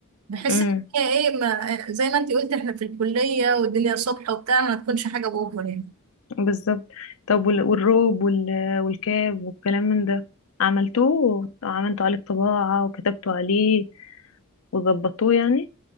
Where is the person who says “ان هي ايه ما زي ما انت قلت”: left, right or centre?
Right